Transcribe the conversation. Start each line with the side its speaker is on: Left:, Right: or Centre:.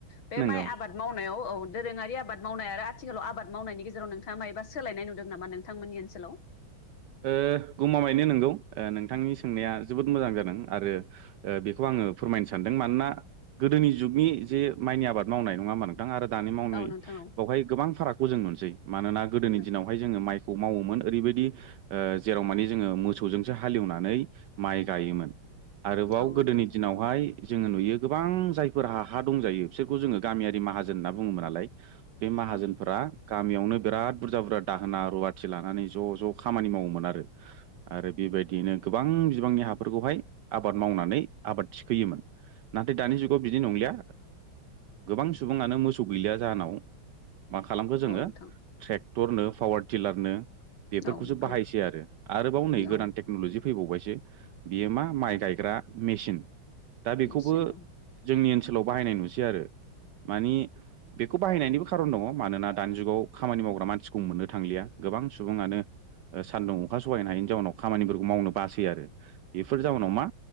Left: बे
Right: नंगौ
Left: माइ आबाद मावनायाव औ दोरोङारि आबाद आबाद मावनाय आरो आथिखालाव आबाद मावनायनि गेजेराव नोंथाङा मायोबा सोलायनाय नुदों नामा नोंथांमोननि ओनसोलाव
Right: ओ गमा मायैनो नोंगौ ओ नोंथांनि सोंनाया जोबोद मोजां जादों आरो ओ बेखौ आङो फोरमायनो सान दों मानोना गोदोनि जुगनि जे माइनि आबाद मावनाय नङा होमबा नों थां आरो दानि मावनाय
Left: औ नोंथां
Right: बावहाय गोबां फारागखौ जों नुनसै मानोना
Left: औ
Right: गोदोनि दिनावहाय जोङो माइ खौ मावोमोन ओरैबायदि ओ जेराव मानि जोङो मोसौजोंसो हाले एवनानै माइ गायोमोन। आरोबाव
Left: औ
Right: गोदोनि
Left: नोंथां
Right: दिनावहाय जोङो नुयो गोबां जायफोरहा हा दंजायो बिसोरखौ जोङो गामियारि माहाजोन होनना बुङोमोन नालाय। बे माहाजोनफोरा
Left: औ
Right: गामियावनो बिराद बुरजा बुरजा दाहोना रुवाथि लानानै ज' ज' खामानि मावोमोन आरो आरो बेबायदियैनो गोबां बिबांनि हाफोरखौहाय आबाद मावनानै आबाद थिखोयोमोन नाथाय दानि जुगाव बिदि नंलिया गोबां सुबुङानो मोसौ गैलिया जाहोनाव मा खालामखो जोङो
Left: औ नोंथां
Right: ट्रेक्टरनो पावार टिलारनो
Left: औ नोंथां
Right: सो बाहायसै आरोबाव नै गोदान
Left: औ
Right: टेकन'लजि फैबावबायसो बियो मा माइ गायग्रा मेसिन दा बेखौबो
Left: निसिनो
Right: जोंनि ओनसोलाव बाहायनाय नुसै आरो मानि बेखौ बाहायनायनिबो खारन दङ मानोना दानि जुगाव खामानि मावग्रा मानसिखौ मोननो थांलिया गोबां सुबुङानो सान्दुं अखा सहायनो हायैनि जाउनाव खामानिफोरखौ मावनो बासै आरो बेफोर जाउनाव मा